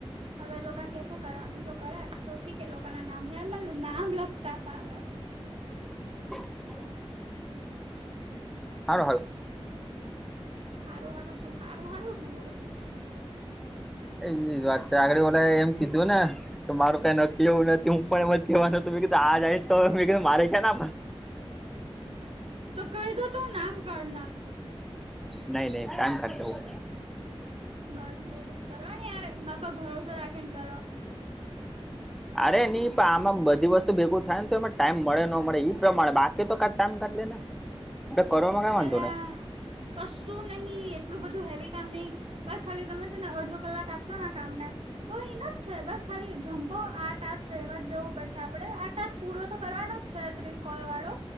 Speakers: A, on the right; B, in the centre.
A: હવે લોકો કે છે કરવાનું જો કરે તો ઠીક એ લોકો ના નામ યારમાં નામ લફતા ફાવે
B: <inaudible> હાલો હાલો.
A: સારું હારું શું સારું સારું શું હોય ભાઈ.
B: એ એજ વાત છે આગળ ઓલા એમ કીધું ને કે મારું કઈ નક્કી એવું નથી હું પણ એ કેવાનું <unintelligible> કીધું આ જઈશ તો કધું મારે છે ને
A: તો કહી દો તો નામ કાઢ નાખું
B: નહી નહી ટાઈમ કા દો <unintelligible>
A: બસ ગુડ કરો ને યાર માપ <unintelligible> ભરોસો રાખી ને કરો.
B: અરે ની પણ આમાં બધી વસ્તુ ભેગું થાય ને તો એમાં ટાઈમ મળે ન મળે ઈ પ્રમાણે બાકી તો કા ટાઈમ કાઢ લે ને એ કરવામાં કઈ વાંધો
A: અલા
B: ને
A: કશું નહિ એટલું બધું હેવી કામ નહી બસ ખાલી તમે છે ને અડધો કલાક આપશો ને આ કામ ને તો એનો જ છે બસ ખાલી જમ્પો આ ટાસ્ક રહેવા દેવો પડશે આપડે આ ટાસ્ક પૂરો તો કરવાનો જ છે ત્રીસ કોલ વાળો.